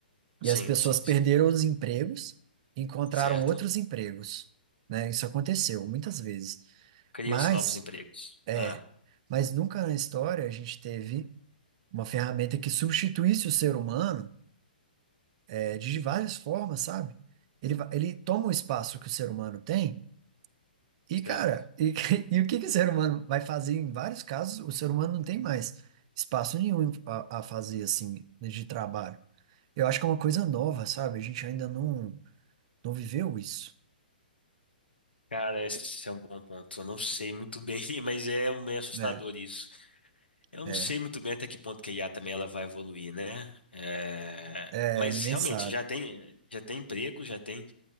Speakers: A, on the left; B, on the right.
A: Sim,
B: E as pessoas
A: sim,
B: perderam
A: sim.
B: os empregos e encontraram
A: Certo?
B: outros empregos, né? Isso aconteceu muitas vezes.
A: Criam-se
B: Mas,
A: novos empregos.
B: é,
A: Ah,
B: mas nunca na história a gente teve uma ferramenta que substituísse o ser humano, é, de várias formas, sabe? Ele, va- ele toma o espaço que o ser humano tem e,
A: certo.
B: cara, e, <laughs> e o que que o ser humano vai fazer em vários casos, o ser humano não tem mais espaço nenhum a, a fazer, assim, de trabalho. Eu acho que é uma coisa nova, sabe? A gente ainda não, não viveu isso.
A: Cara, esse é um bom ponto. Eu não sei muito bem, <laughs> mas é meio assustador
B: É,
A: isso. Eu
B: é,
A: não sei muito bem até que ponto que a IA também ela vai evoluir, né? É,
B: é,
A: Mas
B: ninguém
A: realmente
B: sabe.
A: já tem, já tem emprego, já tem.